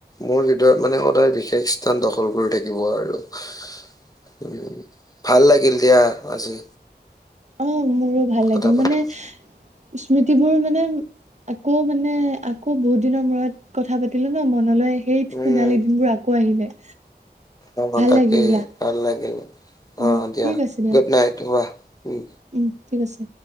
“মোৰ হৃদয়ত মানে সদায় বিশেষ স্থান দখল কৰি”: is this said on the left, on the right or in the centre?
Left